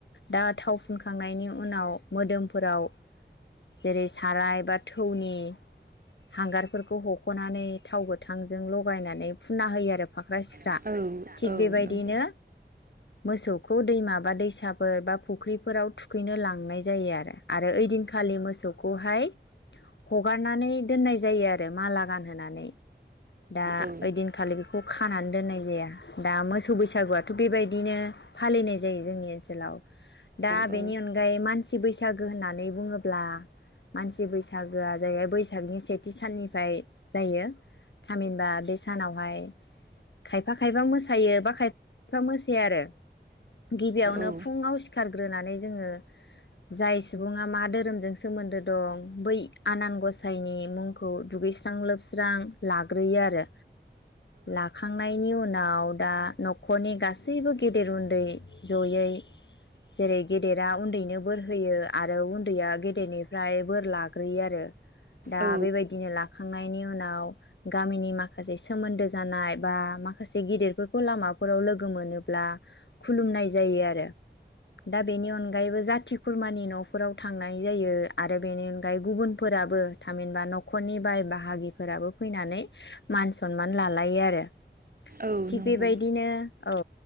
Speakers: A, on the left; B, on the right.
A: दा थाव फुनखांनायनि उनाव मोदोमफोराव जेरै साराय बा थौनि हांगारफोरखौ हखनानै थाव गोथां ज जों लगायनानै फुना होयो आरो फाख्रा सिख्रा
B: औ
A: थिग बेबायदिनो
B: नंगौ।
A: मोसौ खु दैमा बा दैसाबो बा फुख्रिफोराव थुखैनो लांनाय जायो आरो आरो ओइदिनखालि मोसौखौहाय हगारनानै दोननाय जायो आरो माला गानहोनानै। दा
B: औ
A: ओइदिनखालि बेखौ खानानै दोननाय जाया। दा मोसौ बैसागुआथ बेबायदिनो फालिनाय जायो जोंनि ओनसोलाव दा
B: औ
A: बेनि अनगायै मानसि बैसागो होननानै बुङोब्ला मानसि बैसागोआ जाहैबाय बैसागनि सेथि साननिफ्राय जायो। थामहिनबा बे सानावहाय खायफा खायफा मोसायो बा खायफा खायफा मोसाया आरो गिबियावनो
B: औ
A: फुङाव सिखारग्रोनानै जोङो जाय सुबुङा मा धोरोमजों सोमोन्दो दं बै आनान गसायनि मुंखौ दुगैस्रां लोबस ज्रां लाग्रोयो आरो लाखांनायनि उन उनाव दा नखरनि गासैबो गेदेर उन्दै जयै जेरै गेदेरा उन्दैनो बोर होयो आरो उन्दैया गेदेरनिफ्राय बोर लाग्रोयो आरो। दा
B: औ
A: बेबायदिनो लाखांनायनि उनाव गामिनि माखासे सोमोन्दो जानाय बा माखासे गिदिरफोरखौ लामाफोराव लोगो मोनोब्ला खुलुमनाय जायो आरो। दा बेनि अनगायैबो जाथि खुरमानि नफोराव थांनाय जायो आरो बेनि अनगायै गुबुनफोराबो थामहिनबा नखरनि बाय बाहागिफोर फैनानै मान सनमान लालायो आरो
B: औ
A: थिग
B: नंगौ
A: बेबायदिनो औ